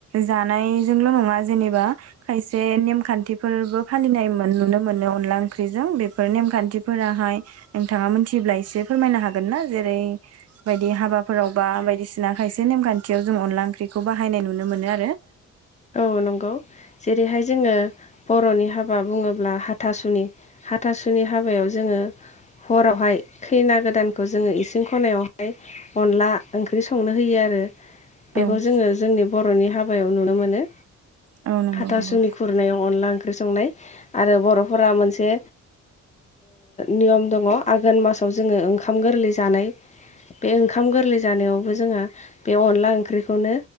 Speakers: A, on the right; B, on the left.
A: जानायजोंल' नङा जेनेबा खायसे नेमखान्थिफोरबो फालिनाय नुनो मोनो अनला ओंख्रिजों बेफोर नेमखान्थिफोराहाय नोंथाङा मोनथियोब्ला एसे फोरमायनो हागोन ना जेरै बायदि हाबाफोराव बा बायदिसिना खायसे नेमखान्थियाव जों अनला ओंख्रिखौ बाहायनाय नुनो मोनो आरो
B: औ नंगौ जेरैहाय जोङो बर'नि हाबा बुङोब्ला हाथासुनि हाथासुनि हाबायाव जोङो हरावहाय खैना गोदानखौ जोङो इसिं खनायावहाय अनला ओंख्रि संनो होयो आरो बेखौ
A: औ
B: जोङो जोंनि बर'नि हाबायाव नुनो मोनो
A: औ नंगौ
B: हाथासुनि
A: नंगौ
B: खुरनायाव अनला ओंख्रि संनाय आरो बर'फोरा मोनसे नियम दङ आघोन मासाव जोङो ओंखाम गोरलै जानाय बे ओंखाम गोरलै जानायावबो जोंहा बे अनला ओंख्रिखौनो